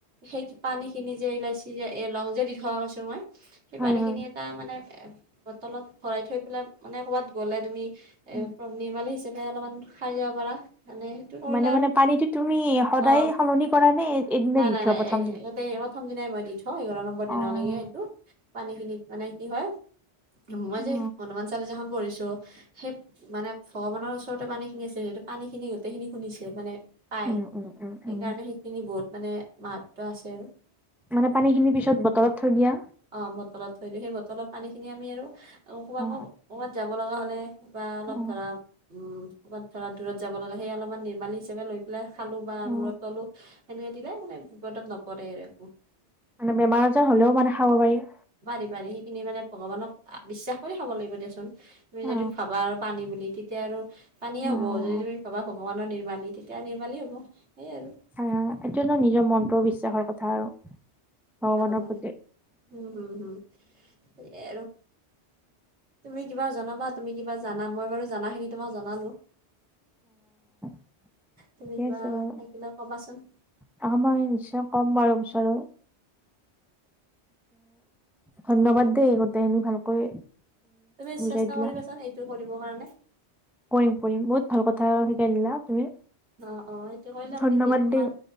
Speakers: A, on the right; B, in the centre.
A: সেই। পানী খিনি যে ইলাচি যে এ লং যে দি থকা কৈছো মই সেই
B: হয়
A: পানী
B: হয়
A: খিনি এটা মানে এ। বটলত ভৰাই থৈ পেলাই মানে ক'বাত গ'লে তুমি এ
B: উ
A: নিৰ্মালী হিচাপে। অলপমান খাই যাব পাৰা মনেে সেইটো কৰিলে
B: মানে
A: আৰু।
B: মানে পানীটো তুমি সদায়
A: অ
B: সলনি কৰা নে এ এদিনে
A: নাই
B: দি
A: নাই
B: থোৱা
A: নাই
B: প্ৰথম
A: এইয়াতে।
B: দিনা
A: প্ৰথম দিনাই মই দি থওঁ এঘাৰ নম্বৰ
B: অ'।
A: দনৰলৈকে
B: অ',
A: এইটো পানীখিনিত মানে কি হয়। মই
B: উম
A: যে হনুমান চালিচাখন পঢ়িছো সেই মানে ভগৱানৰ ওচৰত ওৰতে পানীখিনি আছে। পানী খিনি গোটেইখিনি শুনি মানে। পায়
B: উম উম। উম উম
A: সেইকাৰণে সেইখিনি বহুত মানে মাহাত্ব আছে আৰু।
B: মানে পানী খিনি পিছত বটলত থৈ দিয়া।
A: অঁ বটলত থৈ দিওঁ সেই বটলত পানীখিনি আমি আৰু ক'ৰবাত
B: অ
A: মোক ক'ৰবাত যাব লগা হ'লে। বা অলপ
B: অ
A: ধৰা উম ক'ৰবাত ধৰা দূৰত যাব লগা সেই অলপমান নিৰ্মালি হিচাপে লৈ পেলাই খালো বা
B: অ
A: মূৰত ললো সেনেকে দিলে মানে বিপদত নপৰে আৰু একো
B: মানে বেমাৰ আজাৰ হ'লেও মানে খাব পাৰিম।
A: পাৰি পাৰি সেইখিনি মানে ভগৱানক বিশ্বাস কৰি খাব লাগিব দেচোন। তুমি যদি
B: অ
A: ভাবা আৰু পানী বুলি তেতিয়া আৰু পানীয়েে
B: অ',
A: হ'ব যদি তুমি ভাবা ভগৱানৰ নিৰ্মালি নিবালেই হ'ব। সেইয়াই আৰু
B: অ এইটো নো নিজৰ মনটো বিশ্বাসৰ কথা আৰু ভগৱানৰ
A: আলানে,
B: প্ৰতি
A: উম হম হম এ তুমি কিবা জনাবা তুমি কিবা জানা মই বাৰু জনা খিনি তোমাক জনালো। <unintelligible>
B: <unintelligible>
A: তুমি কিবা থাকিলে ক'বাচোন
B: আমাৰ <unintelligible> কম বাৰু। আৰু ধন্যবাদ
A: অ
B: দেই গোটেইখিন ভালকৈ।
A: তুমি
B: বুজাই
A: চেষ্টা
B: দিলা
A: কৰিবাচোন এইটো কৰিব কাৰণে।
B: কৰিম কৰিম বহুত ভাল কথা। শিকাই দিলা তুমি
A: অ অ সেইটো কৰিলে
B: ধন্যবাদ
A: মানে কি তোমাৰ
B: দেই